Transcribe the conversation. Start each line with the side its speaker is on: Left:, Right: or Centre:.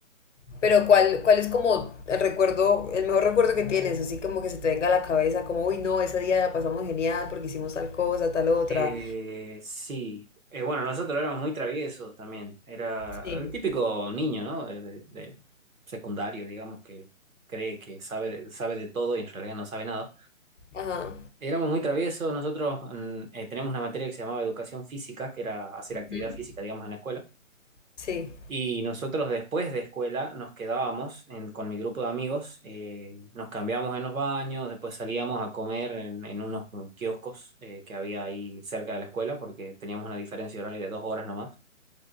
Left: Pero ¿cuál, cuál es como el recuerdo, el mejor recuerdo que tienes? Así como que se te venga a la cabeza, como, uy, no, ese día la pasamos genial porque hicimos tal cosa, tal otra.
Right: Eh, sí. Eh, bueno, nosotros éramos muy traviesos también. Era
Left: Sí.
Right: el típico niño, ¿no? De, de- de secundario, digamos, que cree que sabe, sabe de todo y en realidad no sabe nada.
Left: Ajá.
Right: Éramos muy traviesos. Nosotros mm, eh, teníamos una materia que se llamaba educación física, que era hacer
Left: Ujú.
Right: actividad física, digamos, en la escuela.
Left: Sí,
Right: Y nosotros después de escuela nos quedábamos en- con mi grupo de amigos, eh, nos cambiábamos en los baños, después salíamos a comer en, en unos kioscos eh, que había ahí cerca de la escuela, porque teníamos una diferencia horaria de dos horas nomás.